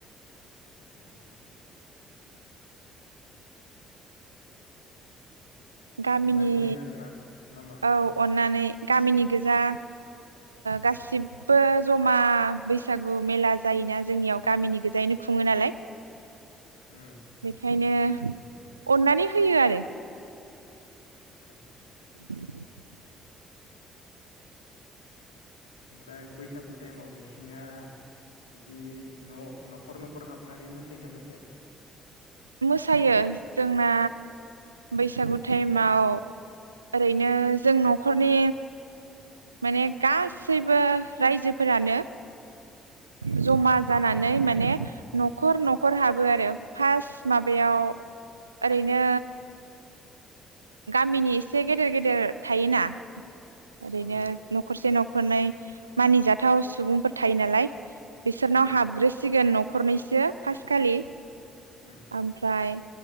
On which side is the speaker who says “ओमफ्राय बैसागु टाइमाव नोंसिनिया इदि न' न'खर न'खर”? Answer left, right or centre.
Left